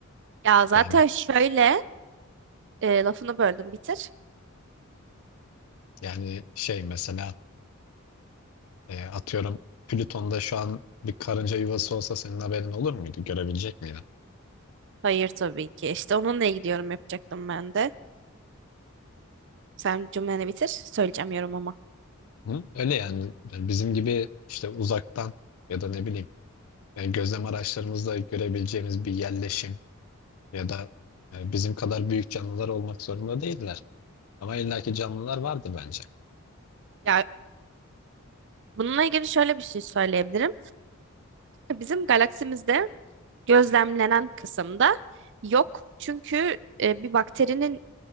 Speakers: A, on the right; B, on the left.
A: Ya zaten
B: Yani
A: şöyle E, lafını böldüm bitir.
B: Yani şey mesela e, atıyorum Plüton'da şu an bir karınca yuvası olsa senin haberin olur muydu? Görebilecek miydin?
A: Hayır tabii ki. İşte onunla ilgili yorum yapacaktım ben de. Sen cümleni bitir. Söyleyeceğim yorum ama.
B: Hı? Öyle yani Yani bizim gibi işte uzaktan ya da ne bileyim e, gözlem araçlarımızla görebileceğimiz bir yerleşim ya da e, bizim kadar büyük canlılar olmak zorunda değiller. Ama illaki canlılar vardır bence.
A: Ya bununla ilgili şöyle bir şey söyleyebilirim. Bizim galaksimizde gözlemlenen kısımda yok. Çünkü e, bir bakterinin